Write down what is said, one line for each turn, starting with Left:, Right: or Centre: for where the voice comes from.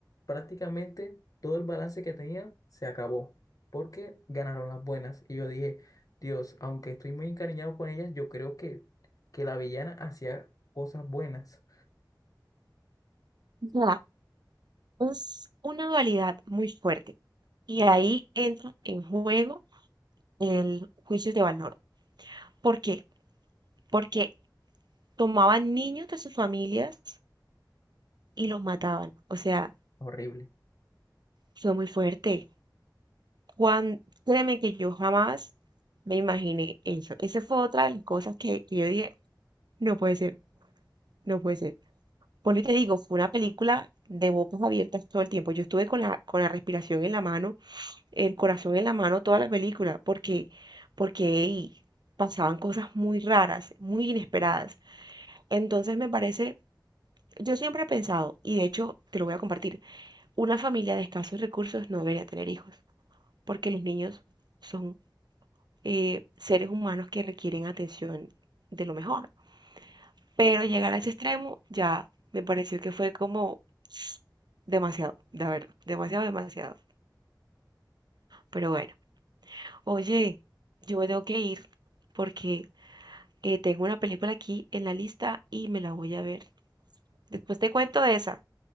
Left: prácticamente todo el balance que tenía se acabó porque ganaron las buenas. Y yo dije, Dios, aunque estoy muy encariñado con ellas, yo creo que, que la villana hacía cosas buenas.
Right: O sea, es una dualidad muy fuerte Y ahí entra en juego el juicio de valor. ¿Por qué? Porque tomaban niños de sus familias y los mataban. O sea,
Left: Horrible.
Right: fue muy fuerte. Juan, créeme que yo jamás me imaginé eso. Esa fue otra de las cosas que, que yo dije, no puede ser, no puede ser. Por lo que te digo, fue una película de bocas abiertas todo el tiempo. Yo estuve con la, con la respiración en la mano el corazón en la mano toda la película, porque, porque ey, pasaban cosas muy raras, muy inesperadas. Entonces me parece, yo siempre he pensado, y de hecho te lo voy a compartir, una familia de escasos recursos no debería tener hijos, porque los niños son eh, seres humanos que requieren atención de lo mejor. Pero llegar a ese extremo ya me pareció que fue como <tsk> demasiado, de verdad, demasiado, demasiado. Pero bueno, oye, yo me tengo que ir porque Eh, tengo una película aquí en la lista y me la voy a ver. Después te cuento de esa.